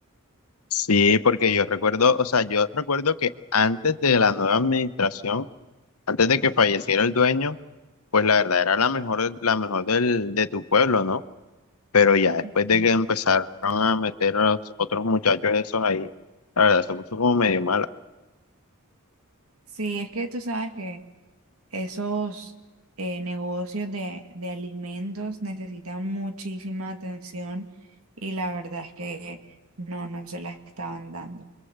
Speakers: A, on the left; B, on the right.
A: Sí, porque yo recuerdo, o sea, yo recuerdo que antes de la nueva administración, antes de que falleciera el dueño, Pues la verdad era la mejor, la mejor del, de tu pueblo, ¿no? Pero ya después
B: sí
A: de que empezaron a meter a los otros muchachos esos ahí, la verdad se puso como medio mala.
B: Sí, es que tú sabes que... Esos eh, negocios de, de alimentos necesitan muchísima atención y la verdad es que no, no se la estaban dando.